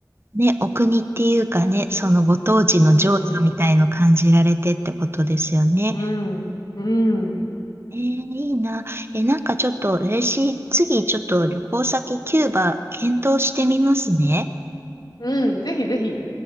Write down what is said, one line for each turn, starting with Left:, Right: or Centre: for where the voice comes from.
Right: ね、お国っていうかね、そのご当地の情緒みたいの感じられてってことですよね。
Left: うんうん。うん。うん。
Right: えー、いいな。え、なんかちょっと嬉しい。次、ちょっと旅行先キューバ検討してみますね。
Left: うん。ぜひぜひ。